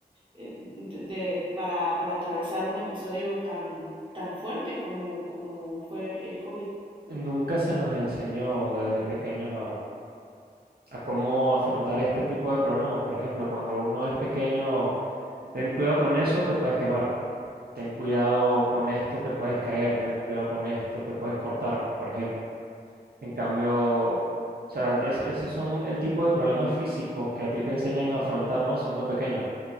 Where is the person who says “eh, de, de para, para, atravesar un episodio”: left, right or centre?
Right